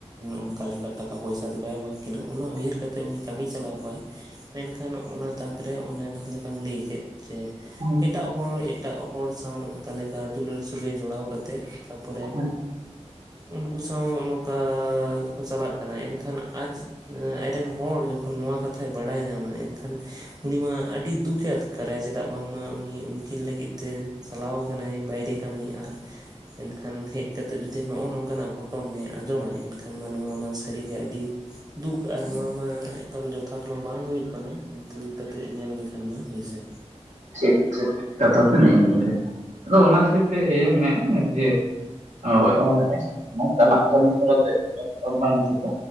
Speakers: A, on the right (about 35°); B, on the right (about 80°).
A: ᱚᱱᱠᱟ ᱞᱮᱠᱟ ᱴᱟᱠᱟ ᱯᱚᱭᱥᱟ ᱫᱚ ᱵᱟᱭ ᱚᱵᱷᱟᱵ ᱠᱤᱱᱟ, ᱚᱱᱟ ᱩᱭᱦᱟᱹᱨ ᱠᱟᱛᱮᱜ ᱩᱱᱤ ᱠᱟᱹᱢᱤᱭ ᱪᱟᱞᱟᱣ ᱠᱚᱜᱼᱟᱭ᱾ ᱢᱮᱱᱠᱷᱟᱱ ᱚᱱᱟ ᱛᱟᱠ ᱨᱮ ᱚᱱᱮ ᱡᱟᱦᱟᱸ ᱞᱮᱠᱟ? ᱞᱟᱹᱭ ᱠᱮᱫ ᱡᱮ
B: ᱦᱮᱸ
A: ᱮᱴᱟᱜ ᱦᱚᱲ ᱮᱴᱟᱜ ᱦᱚᱲ ᱥᱟᱶ, ᱚᱠᱟᱞᱮᱠᱟ ᱫᱩᱞᱟᱹᱲ ᱥᱟᱹᱜᱟᱹᱭ ᱡᱚᱲᱟᱣ ᱠᱟᱛᱮᱜ ᱛᱟᱯᱚᱨᱮ
B: ᱦᱮᱸ
A: ᱩᱱᱠᱩ ᱥᱟᱶ ᱱᱚᱝᱠᱟ ᱠᱚ ᱪᱟᱞᱟᱜ ᱠᱟᱱᱟ ᱮᱱᱠᱷᱟᱱ ᱟᱡ <unintelligible> ᱟᱭᱡᱨᱮᱱ ᱦᱚᱲ ᱡᱚᱠᱷᱚᱱ ᱱᱚᱣᱟ ᱠᱟᱛᱷᱟᱭ ᱵᱟᱲᱟᱭ ᱧᱟᱢᱟ ᱮᱱᱠᱷᱟᱱ ᱩᱱᱤ ᱢᱟ ᱟᱹᱰᱤ ᱫᱩᱠ ᱮ <unintelligible> <unintelligible> ᱯᱨᱟᱭ ᱪᱮᱫᱟᱜ ᱵᱟᱝᱢᱟ ᱩᱱᱤ ᱩᱱᱠᱤᱱ ᱞᱟᱹᱜᱤᱫ ᱛᱮ ᱪᱟᱞᱟᱣ ᱟᱠᱟᱱᱟᱭ ᱵᱟᱭᱨᱮ ᱠᱟᱹᱢᱤ ᱟᱨ ᱮᱱᱠᱷᱟᱱ ᱦᱮᱡ ᱠᱟᱛᱮᱜ ᱡᱩᱫᱤ ᱱᱚᱜᱼᱚ ᱱᱚᱝᱠᱟᱱᱟᱼᱜ ᱜᱷᱚᱴᱚᱱᱮ ᱟᱸᱡᱚᱢᱟᱭ <unintelligible> <unintelligible> ᱢᱟ ᱱᱚᱣᱟ ᱢᱟ ᱥᱟᱹᱨᱤ ᱜᱮ ᱟᱹᱰᱤᱻ ᱫᱩᱠᱷ ᱟᱨ ᱱᱚᱣᱟ ᱢᱟ ᱮᱠᱟᱞ ᱡᱚᱛᱷᱟᱛ ᱢᱟ ᱵᱟᱝ ᱦᱩᱭᱩᱜ ᱠᱟᱱᱟ ᱠᱤᱱᱛᱩ, ᱠᱟᱛᱮᱜ ᱧᱮᱞ ᱞᱮᱠᱷᱟᱱ ᱢᱟ ᱦᱳᱭ ᱥᱮ
B: ᱴᱷᱤᱠ ᱴᱷᱤᱠ ᱠᱟᱛᱷᱟ ᱠᱟᱛᱷᱟ ᱫᱚ ᱱᱮᱜᱼᱮ ᱱᱤᱭᱟᱹ ᱟᱫᱚ ᱚᱱᱟ ᱠᱷᱟᱹᱛᱤᱨ ᱛᱮ ᱢᱮᱱ ᱢᱮ ᱡᱮ ᱦᱚᱭ ᱚ ᱱᱚᱝ ᱠᱟᱱᱟᱜ ᱠᱟᱢᱤ ᱦᱚᱨᱟ ᱵᱮ ᱮᱠᱟᱞ ᱛᱮ ᱵᱟᱝ ᱴᱷᱤᱠᱟ